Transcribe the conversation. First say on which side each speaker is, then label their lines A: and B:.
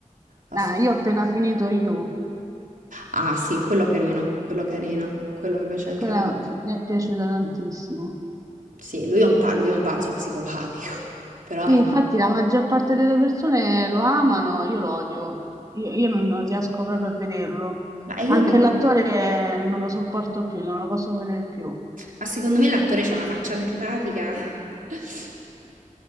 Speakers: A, on the right; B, on the right.
A: assolutamente.
B: Ah, io ho appena finito You,
A: Ah, sì, quello carino, quello carino, quello mi piace anche
B: quella
A: a me.
B: mi è piaciuta tantissimo.
A: Sì, lui è un, pa- lui è un pazzo psicopatico, <laughs> però
B: Sì,
A: è-
B: infatti la maggior parte delle persone lo amano, io lo odio, io, io non, non riesco proprio a vederlo.
A: Ma
B: Anche
A: io mi...
B: l'attore non lo sopporto più, non lo posso vedere più.
A: Ma secondo me l'attore c'ha una faccia antipatica. <laughs>